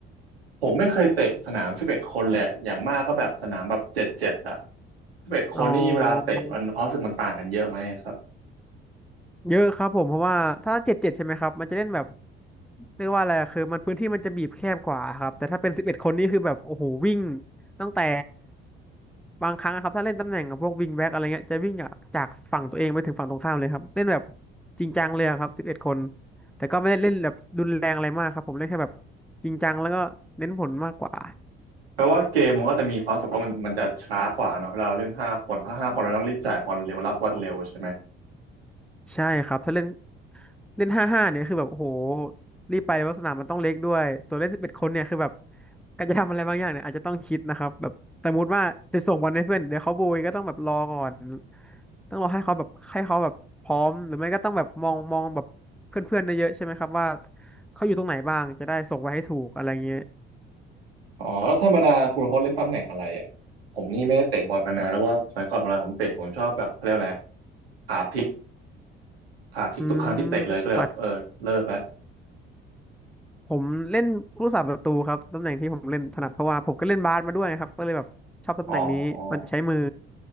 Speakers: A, on the right (about 80°); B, in the centre.
A: ผมไม่เคยเตะสนามสิบเอ็ดคนเลยอะอย่างมากก็แบบสนามแบบเจ็ดเจ็ดอะสิบเอ็ดคนนี่เวลาเตะมันความรู้สึกมันต่างกันเยอะไหมครับ
B: อ๋อ เยอะครับผมเพราะว่าถ้าเจ็ดเจ็ดใช่ไหมครับมันจะเล่นแบบเรียกว่าอะไรคือมันพื้นที่มันจะบีบแคบกว่าครับแต่ถ้าเป็นสิบเอ็ดคนนี่คือแบบโอ้โหวิ่งตั้งแต่บางครั้งอะครับถ้าเล่นตำแหน่งกับพวกวิงแบ็กอะไรเงี้ยจะวิ่งจากจากฝั่งตัวเองไปถึงฝั่งตรงข้ามเลยครับเล่นแบบจริงจังเลยอะครับสิบเอ็ดคนแต่ก็ไม่ได้เล่นแบบรุนแรงอะไรมากครับผมเล่นแค่แบบจริงจังแล้วก็เน้นผลมากกว่า
A: เพราะว่าเกมมันก็จะมีความรู้สึกว่ามันมันจะช้ากว่าเนอะเวลาเราเล่นห้าคนถ้าห้าคนเราต้องรีบจ่ายบอลเร็วรับบอลเร็วใช่ไหม
B: ใช่ครับถ้าเล่นเล่นห้าห้าเนี่ยคือแบบโอ้โหรีบไปเพราะสนามมันต้องเล็กด้วยส่วนเล่นสิบเอ็ดคนเนี่ยคือแบบการจะทำอะไรบางอย่างเนี่ยอาจจะต้องคิดนะครับแบบสมมติว่าจะส่งบอลให้เพื่อนเดี๋ยวเขาโบยก็ต้องแบบรอก่อนต้องรอให้เขาแบบให้เขาแบบพร้อมหรือไม่ก็ต้องแบบมองมองแบบเพื่อนๆได้เยอะๆใช่ไหมครับว่าเขาอยู่ตรงไหนบ้างจะได้ส่งไปให้ถูกอะไรเงี้ย
A: อ๋อแล้วธรรมดาคุณโค้ชเล่นตำแหน่งอะไรอ่ะผมนี่ไม่ได้เตะบอลมานานแล้วว่าสมัยก่อนเวลาผมเตะผมชอบแบบเขาเรียกอะไรขาพลิกขาพลิกทุกครั้งที่เตะเลยก็เลยแบบเออเลิกแล้ว
B: อืมมา ผมเล่นผู้สาประตูครับตำแหน่งที่ผมเล่นถนัดเพราะว่าผมก็เล่นบาสมาด้วยครับก็เลยแบบชอบตำแหน่งนี้มันใช้มือ
A: อ๋อ